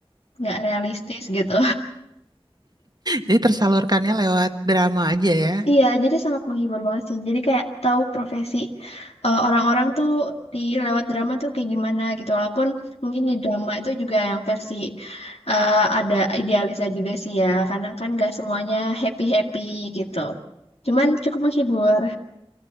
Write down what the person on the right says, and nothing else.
Jadi tersalurkannya lewat drama aja
ya.